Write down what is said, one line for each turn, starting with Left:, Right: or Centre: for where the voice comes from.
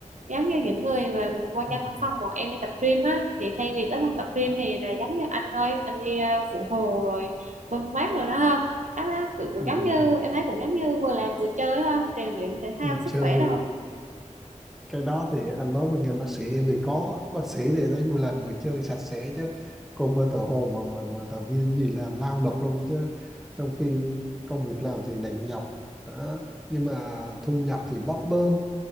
Right: giống như những người mà quan
Centre: ừ,
Right: nhân văn phòng bọn em đi tập gym á thì thay vì tới phòng tập gym thì là giống như anh ơi anh đi ờ, phụ hồ rồi bưng bát rồi đó ha cái đó tự cũng
Centre: ừ,
Right: giống như em thấy cũng giống như vừa làm vừa chơi ha rèn luyện thể thao
Centre: ừ,
Right: sức
Centre: chơi
Right: khỏe đồ
Centre: cái đó thì anh nói bên ngành bác sĩ em thì có bác sĩ thì nó vui làm vừa chơi sạch sẽ chứ còn bên tờ hồ mà mà mà tờ viêm gì làm lao lực luôn chứ trong khi công việc làm thì nặng nhọc đó. nhưng mà thu nhập thì bấp bênh